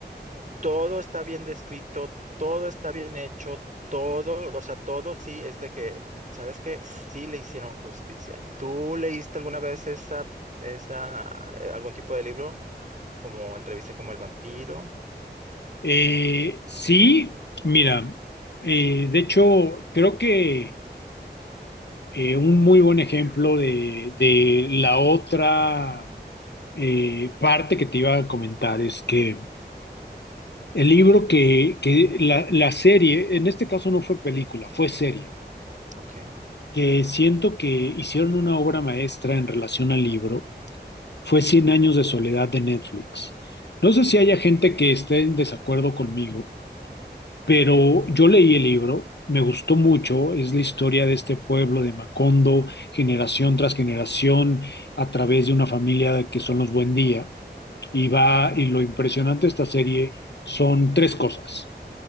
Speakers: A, on the right (about 45°); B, on the left (about 75°).
A: Todo está bien descrito, todo está bien hecho, todo, o sea, todo sí es de que, ¿sabes qué? Sí le hicieron justicia. ¿Tú leíste alguna vez esa, esa, eh, algún tipo de libro? como entrevista como el vampiro.
B: Eh, sí, mira, eh, de hecho, creo que eh, un muy buen ejemplo de, de la otra eh, parte que te iba a comentar es que El libro que, que la, la serie, en este caso no fue película, fue serie,
A: Ok.
B: que siento que hicieron una obra maestra en relación al libro, fue Cien años de soledad de Netflix. No sé si haya gente que esté en desacuerdo conmigo, pero yo leí el libro, me gustó mucho, es la historia de este pueblo de Macondo, generación tras generación, a través de una familia que son los Buendía, y va, y lo impresionante de esta serie son tres cosas